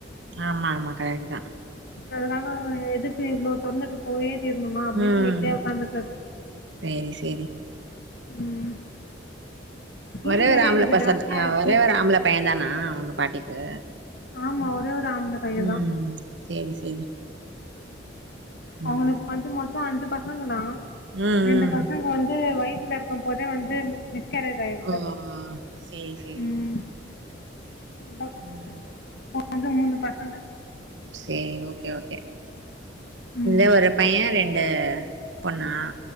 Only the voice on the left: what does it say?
அதனால எதுக்கு இவ்ளோ தொறந்துட்டு போயி தீர்னுமா அப்டின்ட்டு
வீட்லயே ஒக்காந்துக்கறது
ம் ஹீட்
வேற
எனக்கு
ஜாஸ்தியாயிடுச்சு
ஆமா ஒரே ஒரு ஆம்பள பையன்
தான்
அவுங்குளுக்கு
வந்து மொத்தோ அஞ்சு பசங்களா
ரெண்டு
பசங்க வந்து வயித் துல இருக்கும்போதே வந்து மி மிஸ்கரேஜ் ஆயிடுச்சா
ம் இப்ப
இப்ப வந்து மூணு பசங்க
ம்